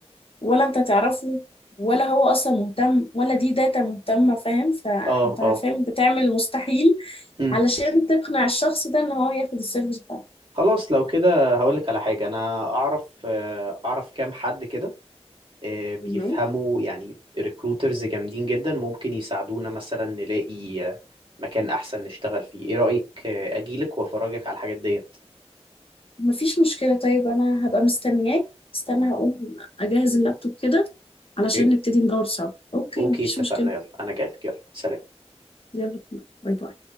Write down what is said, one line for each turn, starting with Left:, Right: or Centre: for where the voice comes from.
Left: ولا انت تعرفه ولا هو اصلا مهتم ولا دي داتا مهتمة فاهم فانت
Right: اه اه
Left: فاهم بتعمل المستحيل
Right: مم.
Left: علشان تقنع الشخص ده ان هو ياخد السيرفيس بتاعك
Right: خلاص لو كده هقولك على حاجة أنا أعرف آه، أعرف كام حد كده آه، بيفهموا
Left: مهم.
Right: يعني ريكروترز جامدين جدا ممكن يساعدونا مثلا نلاقي آه، مكان احسن نشتغل فيه ايه رأيك آه، اجيلك وافرجك على الحاجات ديت
Left: مفيش مشكلة طيب أنا هبقى مستنياك استنى هقوم أجهز اللابتوب كده علشان
Right: اوكي
Left: نبتدي ندور سوا أوكي
Right: اوكي
Left: مفيش
Right: اتفقنا
Left: مشكلة
Right: يلا انا جايلك يلا سلام
Left: يلا باي باي